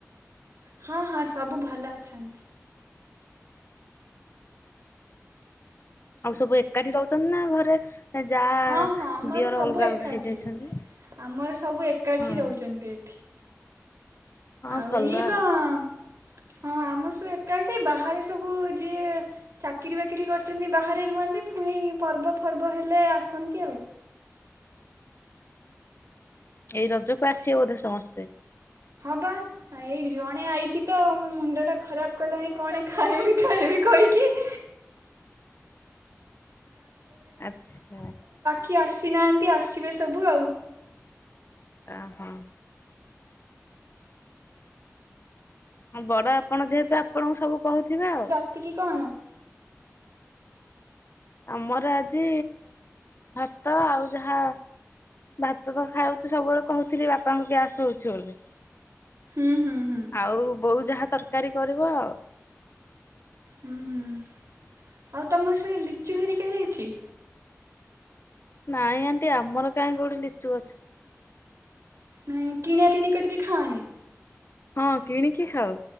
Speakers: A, on the right; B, on the left.
A: ହଁ ହଁ ସବୁ ଭଲ ଅଛନ୍ତି।
B: ଆଉ ସବୁ ଏକାଠି ରହୁଛନ୍ତି ନା ଘରେ ଯା
A: ହଁ ହଁ ଆମର
B: ଦିଅର
A: ସବୁ
B: ଅଲଗା
A: ଏକାଠି
B: ଅଲଗା ହେଇଯାଇଛନ୍ତି।
A: ଆମର ସବୁ ଏକାଠି
B: ହଁ
A: ରହୁଛନ୍ତି ଏଠି।
B: ହଁ
A: ଆଉ
B: ଭଲ
A: ଏଇ ପା
B: ଆଉ
A: ହଁ ଆମର ସବୁ ଏକାଠି ବାହାରେ ସବୁ ଯିଏ। ଚାକିରି ବାକିରି କରିଛନ୍ତି ବାହାରେ ରୁହନ୍ତି ପୁଣି ପର୍ବ ଫର୍ବ ହେଲେ ଆସନ୍ତି ଆଉ।
B: ଏଇ ରଜକୁ ଆସିବେ ବୋଧେ ସମସ୍ତେ।
A: ହଁ ପା। ଏଇ ଜଣେ ଆଇଛି ତ ମୋ ମୁଣ୍ଡ ଟା ଖରାପ କଲାଣି କଣ ଖାଇବି ଖାଇବି କହିକି। <inaudible>
B: ଆଚ୍ଛା।
A: କିଏ ଆସିନାହାନ୍ତି ଆସିବେ ସବୁ ଆଉ।
B: ଓ ହୋ। ହଁ ବଡ ଆପଣ ଯେହେତୁ ଆପଣଙ୍କୁ ସବୁ କହୁଥିବେ ଆଉ।
A: ଟିକି କଣ?
B: ଆମର ଆଜି ଭାତ ଆଉ ଯାହା। ଭାତ ତ ଖାଉଛି ସବୁବେଳେ କହୁଥିଲି ବାପାଙ୍କୁ ଗ୍ୟାସ୍ ହୋଉଛି ବୋଲି।
A: ହୁଁ ହୁଁ ହୁଁ
B: ଆଉ ବୋଉ ଯାହା ତରକାରୀ କରିବ ଆଉ।
A: ହୁଁ ହୁଁ ଆଉ ତମ ସେରେ ଲିଚୁ ହେରିକା ହେଇଛି।
B: ନାଇଁ ଆଣ୍ଟି ଆମର କାହିଁ କୋଉଠି ଲିଚୁ ଗଛ।
A: ନାଇଁ କିଣା କିଣି କରିକି ଖାଅନି।
B: ହଁ କିଣିକି ଖାଉ